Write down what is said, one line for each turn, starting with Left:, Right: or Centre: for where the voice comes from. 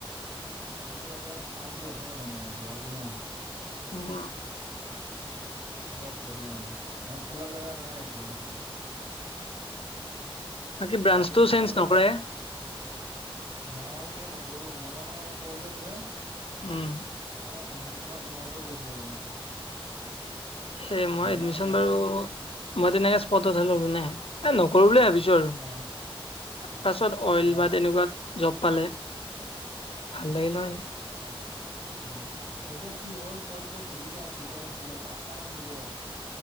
Right: মানে ইয়াতে মানে চাউন্ডবোৰ আহে মানে গুৱাহাটী ন।
Left: উম
Right: অলপ প্ৰব্লেম হয় মানে খোলা জোগা নাই ইতে এনেকুৱা।
Left: বাকী ব্ৰাঞ্চটো
Right: তাতে মোৰ সেও
Left: চেঞ্জ নকৰে?
Right: নাই। মই চাগৈ নকৰোঁ মই মানে কৰলে যে
Left: উম
Right: এডমিচনৰ সময়তে কৰিলোঁ হয়।
Left: হে মই
Right: মোৰ
Left: এডমিশ্যন
Right: মানে মেকা
Left: বাৰু মই তেনেকে স্পটতহে ললো নে। কৰো বুলি ভাবিছো আৰু।
Right: অ
Left: তাৰ পাছত অইল
Right: অ
Left: বা তেনেকুৱাত জব পালে ভাল লাগিলহয়। <unintelligible>
Right: উ এতিয়া কি হ'ল তই যেতিয়া দিবি ন প্ৰিফাৰেঞ্চ কেইটা পাঁচটা মান দিব লাগে।